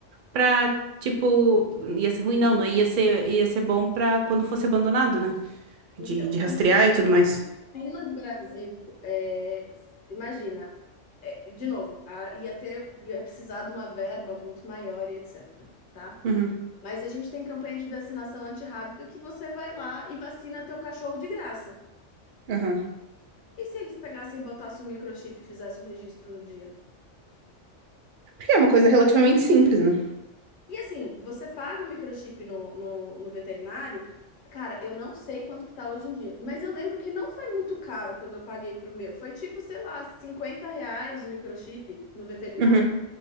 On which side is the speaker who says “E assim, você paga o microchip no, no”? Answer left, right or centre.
Left